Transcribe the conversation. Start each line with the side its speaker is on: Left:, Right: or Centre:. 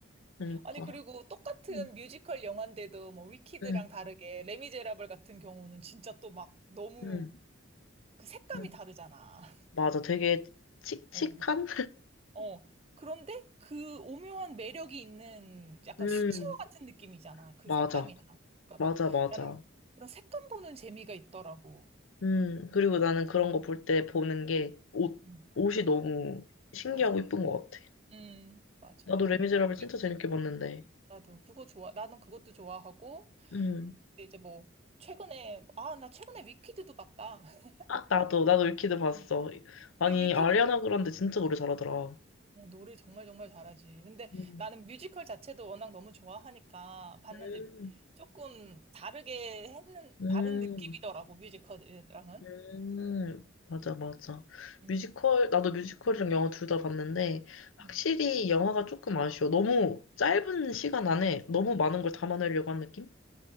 Left: 그러니까.
Right: 아니, 그리고 똑같은
Left: 음,
Right: 뮤지컬 영화인데도 뭐 위키드랑
Left: 음,
Right: 다르게 레미제라블 같은 경우는 진짜 또 막 너무
Left: 음.
Right: 그 색감이
Left: 음.
Right: 다르잖아. <laughs>
Left: 맞아. 되게 칙칙한?
Right: 어. 어. 그런데 그 오묘한 매력이 있는 약간
Left: 음,
Right: 수채화 같은 느낌이잖아. 그
Left: 맞아.
Right: 색감이 다. 그러니까
Left: 맞아,
Right: 막
Left: 맞아.
Right: 나는 그런 색감 보는 재미가 있더라고.
Left: 음, 그리고 나는 그런 거 볼 때 보는 게, 옷,
Right: 음.
Left: 옷이 너무 신기하고
Right: 맞아,
Left: 이쁜
Right: 맞아.
Left: 것 같아.
Right: 음, 맞아.
Left: 나도 레미제라블
Right: 미국에-
Left: 진짜 재밌게 봤는데.
Right: 음. 나도 그거 좋아. 나는 그것도 좋아하고,
Left: 음.
Right: 근데 이제 뭐, 최근에, 아, 나 최근에 위키드도 봤다. <laughs>
Left: 아, 나도, 나도 위키드 봤어.
Right: 음.
Left: 아니,
Right: 근데 위키드,
Left: 아리아나
Right: 나-
Left: 그란데 진짜 노래 잘하더라.
Right: 어, 노래 정말 정말 잘하지. 근데
Left: 음.
Right: 나는 뮤지컬 자체도 워낙 너무 좋아하니까 봤는데
Left: 음,
Right: 조금 다르게 했는,
Left: 음,
Right: 다른 느낌이더라고, 뮤지컬이랑은.
Left: 음, 맞아, 맞아.
Right: 음.
Left: 뮤지컬, 나도 뮤지컬이랑 영화 둘 다 봤는데, 확실히
Right: 음.
Left: 영화가 조금 아쉬워. 너무 짧은 시간 안에 너무 많은 걸 담아내려고 한 느낌?